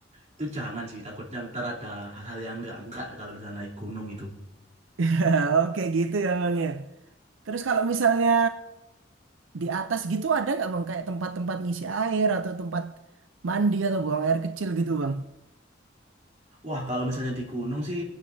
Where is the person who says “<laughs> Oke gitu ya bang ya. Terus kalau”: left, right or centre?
Right